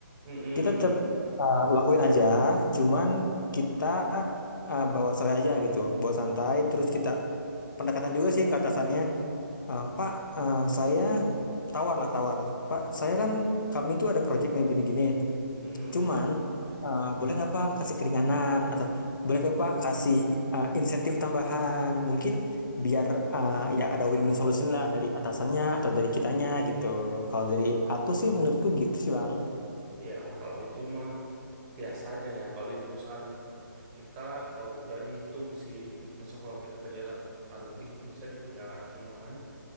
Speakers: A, on the right; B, on the left.
A: Mm-mm.
B: kita tetap uh, lakuin aja, cuman kita uh, bawa santai aja gitu, bawa santai, terus kita pendekatan juga sih ke atasannya. Eh, Pak, eh, saya tawar lah tawar. Pak, saya kan kami itu ada project nih gini-gini.
A: Mm-mm.
B: Cuman eh, boleh nggak Pak kasih keringanan atau boleh nggak Pak kasih eh, insentif tambahan? Mungkin biar eh, ya ada win-win solution lah dari atasannya atau dari kitanya gitu. Kalau dari aku sih menurutku gitu sih Bang.
A: Ya, kalau itu mah biasanya ya kalau di perusahaan kita eh, udah dihitung sih maksudnya kalau kita kerja eh, lebih itu bisa dibayar cuman